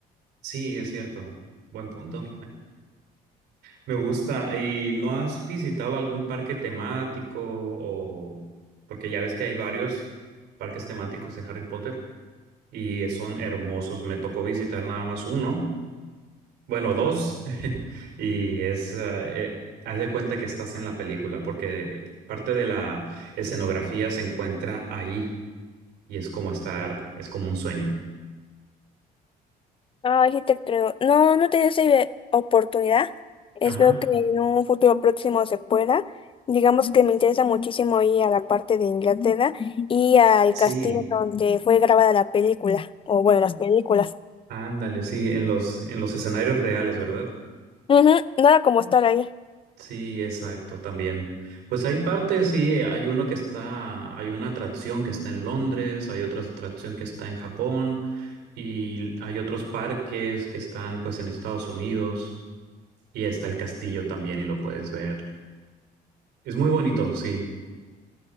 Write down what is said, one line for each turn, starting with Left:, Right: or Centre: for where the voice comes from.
Right: Sí, es cierto. Buen punto. Me gusta. ¿Y no has visitado algún parque temático o porque ya ves que hay varios parques temáticos de Harry Potter y son hermosos. Me tocó visitar nada más uno, bueno, dos, <laughs> y es eh, eh, haz de cuenta que estás en la película porque parte de la escenografía se encuentra ahí y es como estar, es como un sueño.
Left: Ay, sí te creo. No, no tenía esa idea- oportunidad. Espero
Right: Ajá.
Left: que en un futuro próximo se pueda. Digamos que me interesa muchísimo ir a la parte de Inglaterra y al
Right: Sí,
Left: castillo donde fue grabada la película, o bueno, las películas.
Right: ándale, sí, en los en los escenarios reales, ¿verdad?
Left: Ujú, nada como estar ahí.
Right: Sí, exacto, también. Pues hay partes, sí, hay uno que está, hay una atracción que está en Londres, hay otra atracción que está en Japón y hay otros parques que están pues en Estados Unidos y está el castillo también y lo puedes ver. Es muy bonito, sí.